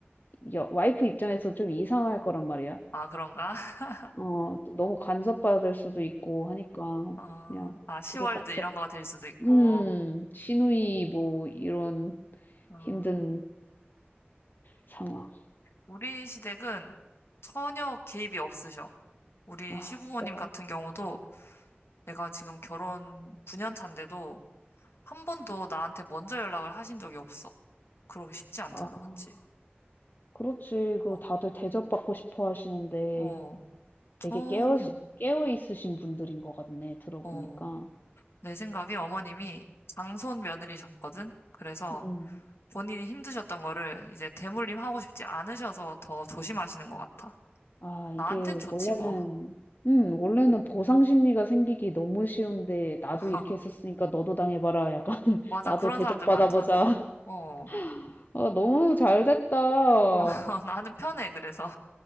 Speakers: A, on the left; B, on the left.
A: 여, 와이프 입장에서 좀 이상할 거란 말이야.
B: 아, 그런가? <laughs>
A: 어, 또 너무 간섭받을 수도 있고 하니까
B: 어,
A: 그냥
B: 아, 시월드
A: 그게 딱
B: 이런
A: 적,
B: 거가 될 수도 있고.
A: 음, 시누이 뭐 이런
B: 어.
A: 힘든 상황.
B: 우리 시댁은 전혀 개입이 없으셔. 우리
A: 아,
B: 시부모님
A: 진짜.
B: 같은 경우도 내가 지금 결혼 9년 차인데도 한 번도 나한테 먼저 연락을 하신 적이 없어. 그러기 쉽지 않잖아,
A: 아,
B: 그치?
A: 그렇지. 그리고
B: 어,
A: 다들 대접받고 싶어 하시는데.
B: 어, 전혀.
A: 되게 깨어 깨어 있으신 분들인 것 같네 들어보니까.
B: 어, 내 생각에 어머님이 장손 며느리셨거든? 그래서
A: 음.
B: 본인이 힘드셨던 거를 이제 대물림 하고 싶지 않으셔서 더 조심하시는 것 같아.
A: 아 이게
B: 나한텐 좋지,
A: 원래는
B: 뭐.
A: 음 원래는 보상 심리가 생기기 너무 쉬운데 "나도
B: <laughs>
A: 이렇게 했었으니까 너도 당해봐라." 약간 <laughs>
B: 맞아,
A: "나도
B: 그런
A: 대접받아보자."
B: 사람들 많다더라고. 어.
A: <laughs> 아 너무 잘 됐다.
B: 어, <laughs> 나는 편해, 그래서.